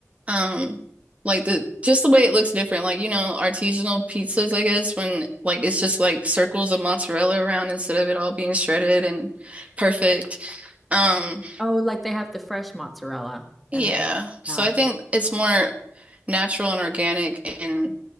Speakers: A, on the right (about 25°); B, in the centre.
A: Um, like the just the way it looks different. Like, you know, artisanal pizzas, I guess, when like it's just like circles of mozzarella around instead of it all being shredded and perfect. Um,
B: Oh, like they have the fresh mozzarella
A: yeah.
B: and they
A: So
B: yeah.
A: I think it's more natural and organic in